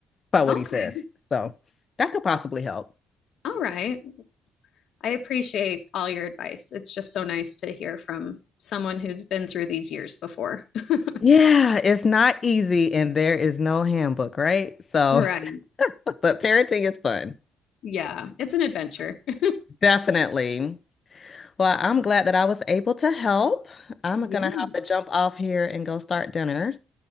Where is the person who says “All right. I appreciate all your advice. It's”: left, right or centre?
Left